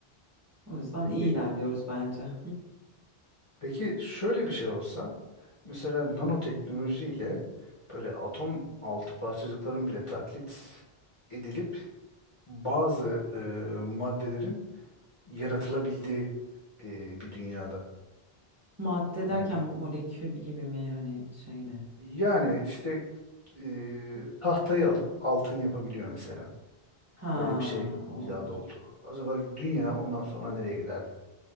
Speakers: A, on the right; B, on the left.
A: O yüzden
B: peki
A: iyi ilerliyoruz bence.
B: peki şöyle bir şey olsa mesela nanoteknolojiyle böyle atom altı parçacıkların bile taklit edilip bazı e, maddelerin yaratılabildiği e, bir dünyada.
A: Madde derken
B: Yani
A: molekül gibi mi hani şey mi?
B: yani işte e, tahtayı alıp altın yapabiliyor mesela.
A: Ha,
B: Böyle bir şey
A: o.
B: icat oldu. Acaba dünya ondan sonra nereye giderdi?